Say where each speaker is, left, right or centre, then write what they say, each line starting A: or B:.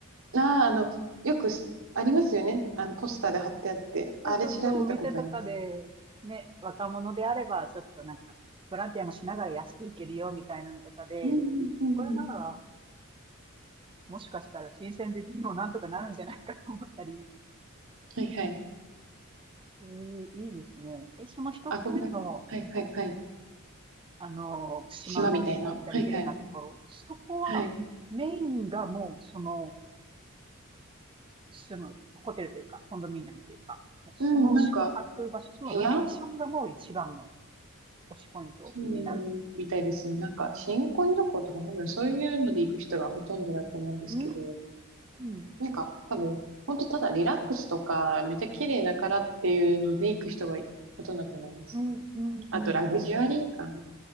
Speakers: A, on the right (about 65°); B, on the right (about 25°).
A: ああ、あの、よくすありますよね。あの、ポスターで貼ってあって、
B: そうそうそう、
A: あれ調べたことあります。
B: お店とかで、ね、若者であれば、ちょっとなんか、ボランティアもしながら安く行けるよ、みたいなのとかで、
A: うんうんうんうん。
B: これなら、もしかしたら金銭的にもなんとかなるんじゃないかと思ったり、
A: はいはい。
B: えーいいですね。え、その一つ目の、
A: あ、ごめん。はいはいはい。
B: あの、島のめちゃくちゃ綺麗なところ、
A: 島みたいな。はいはい。
B: そこは、
A: はい。
B: メインがもう、その、住む、ホテルというか、コンドミニアムというか、もうその宿泊場所、
A: うん、なんか、
B: そのロケーションがもう一番の
A: 部屋
B: 推しポイントになるんですかね。
A: うん、みたいですね。なんか、新婚旅行とか多分そういうので行く人がほとんどだと思うんですけど、
B: うん。うん。
A: なんか、多分、ほんとただリラックスとか、めっちゃ綺麗だからっていうので行く人がほとんどだと思います。
B: うん。うん。
A: あと、
B: うんなるほど。
A: ラグジュアリー感